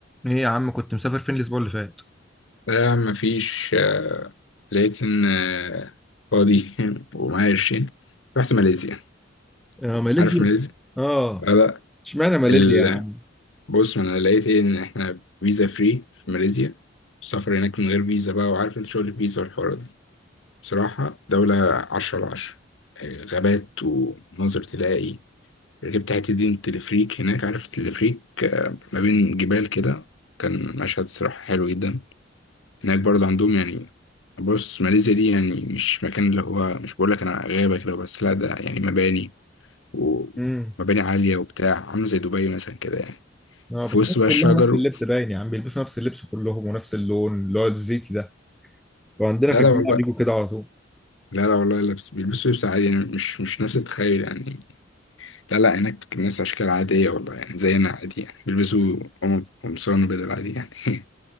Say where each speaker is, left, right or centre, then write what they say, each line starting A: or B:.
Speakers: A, in the centre; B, on the left.
A: ايه يا عم كنت مسافر فين الاسبوع اللي فات
B: لا يا عم مفيش آه، لقيت إن آه، فاضي <laughs> ومعايا قرشين رحت ماليزيا
A: آه ماليزيا
B: عارف ماليزيا؟
A: اه
B: آه لا
A: اشمعنى ماليزيا
B: ال...
A: يا عم
B: بص ما أنا لقيت إيه إن إحنا فيزا فري في ماليزيا السفر هناك من غير فيزا بقى وعارف أنت شغل الفيزا والحوارات دي بصراحة دولة عشرة على عشرة آه، غابات ومناظر تلاقي ركبت حتة دي تلفريك هناك عارف التلفريك آه، ما بين جبال كده كان مشهد صراحة حلو جدا هناك برضه عندهم يعني بص ماليزيا دي يعني مش مكان اللي هو مش بقول لك انا غابة كده بس لا ده يعني مباني ومباني
A: امم
B: عالية وبتاع عاملة زي دبي مثلا كده يعني
A: اه
B: في
A: بس
B: وسط
A: الناس
B: بقى الشجر
A: كلها نفس اللبس باين يا عم بيلبسوا نفس اللبس كلهم ونفس اللون اللي هو الزيتي ده وعندنا
B: لا
A: في
B: لا
A: الجامعه
B: والله
A: بيجوا كده على طول
B: لا لا والله لبس بيلبسوا لبس عادي يعني مش مش نفس التخيل يعني لا لا هناك الناس أشكال عادية والله يعني زينا عادي يعني بيلبسوا قم- قمصان وبدل عادي يعني <laughs>